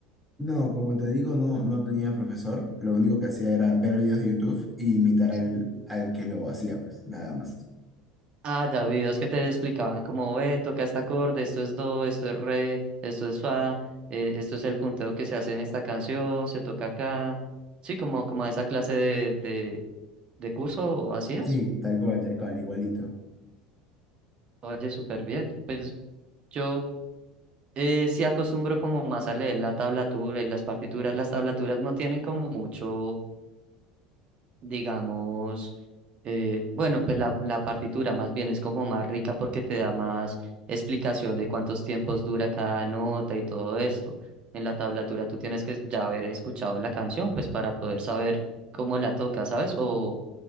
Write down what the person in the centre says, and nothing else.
No, como te digo, no, no tenía profesor. Lo único que hacía era ver videos de YouTube y imitar
al, al que lo hacía, pues nada más.
Sí, tal cual, tal cual, igualito.